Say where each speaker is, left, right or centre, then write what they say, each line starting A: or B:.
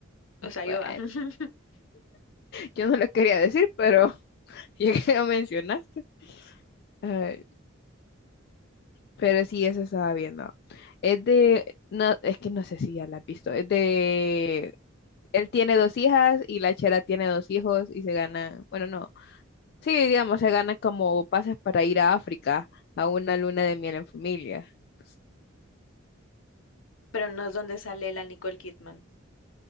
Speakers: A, on the left (about 70°); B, on the left (about 50°).
A: O sea,
B: Bueno,
A: yo va. <laughs>
B: yo no lo quería decir, pero <laughs> ya que lo mencionaste. Ay, pero sí, eso estaba viendo. Es de, no, es que no sé si ya la has visto. Es de, él tiene dos hijas y la chera tiene dos hijos y se gana, bueno, no. Sí, digamos, se gana como pases para ir a África a una luna de miel en familia. Pues,
A: Pero no es donde sale la Nicole Kidman.